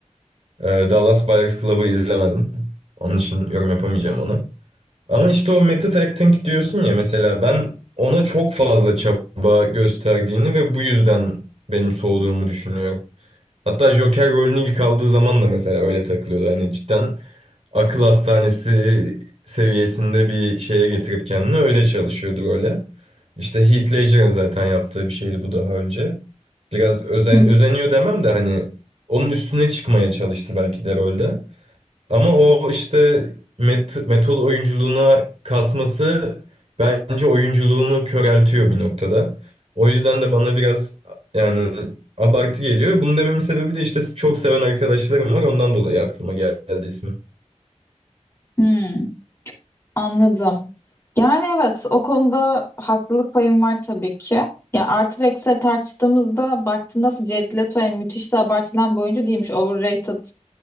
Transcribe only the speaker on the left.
Hı
hı. Anladım. Yani evet o konuda haklılık payım var tabii ki. Ya artı ve eksileri tartıştığımızda baktığında aslında Jared Leto yani müthiş de abartılan bir oyuncu değilmiş. Overrated